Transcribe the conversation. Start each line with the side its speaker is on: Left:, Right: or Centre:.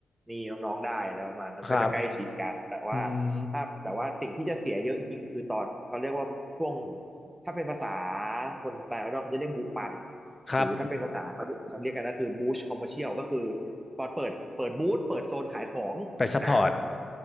Right: นี่น้องๆได้แล้วประมาณนั้นก็จะใกล้ชิดกันแต่ว่า
Left: ครับอืม
Right: ถ้าแต่ว่าสิ่งที่จะเสียเยอะจริงๆคือตอนเขาเรียกว่าช่วงถ้าเป็นภาษาคนต่างประเทศเขาจะเรียกบุปัง
Left: ครับ
Right: หรือถ้าเป็นภาษาเขาเรียกเขาเรียกกันก็คือบูชคอมเมอร์เชียลก็คือ ตอนเปิดเปิดบูธเปิดโซนขายของอ่า
Left: ไปซัพพอร์ต